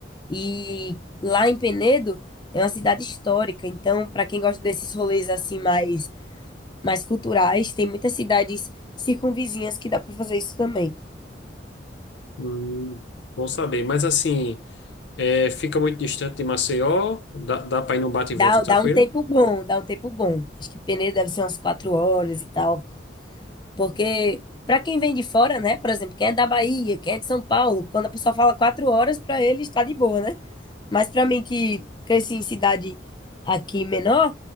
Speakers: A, on the left; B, on the left.
A: E lá em Penedo é uma cidade histórica, então, para quem gosta desses rolês assim mais mais culturais. Tem muitas cidades circunvizinhas que dá para fazer isso também.
B: Hum, bom saber. Mas assim, é, fica muito distante de Maceió, dá, dá para ir num bate
A: Dá,
B: e volta tranquilo?
A: dá um tempo bom, dá um tempo bom. Acho que Peneira deve ser umas quatro horas e tal. Porque, para quem vem de fora, né? Por exemplo, quem é da Bahia, quem é de São Paulo, quando a pessoa fala quatro horas, para ele está de boa, né? Mas para mim, que cresci em cidade aqui menor,